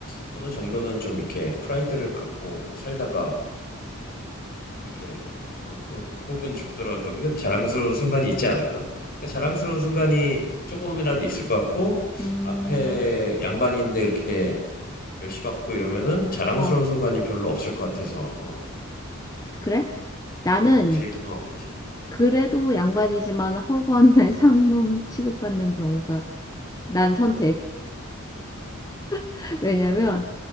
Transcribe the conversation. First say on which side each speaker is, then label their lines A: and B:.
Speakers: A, on the left (about 45°); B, on the left (about 15°).
A: 어느 정도는 좀 이렇게 프라이드를 갖고 살다가 이렇게 어, 또 혹은 죽더라도 그런 자랑스러운 순간이 있지 않을까? 그러니까 자랑스러운 순간이 조금이라도 있을 것 같고
B: 음,
A: 앞에 양반인데 이렇게 멸시받고 이러면은 자랑스러운
B: 어,
A: 순간이 별로 없을 것 같아서 어.
B: 그래?
A: 그래서
B: 나는
A: 나는 뒤에 어 뒤에
B: 그래도 양반이지만 허구한 날 <laughs> 상놈 취급받는 경우가 난 선택.
A: 어,
B: <laughs> 왜냐면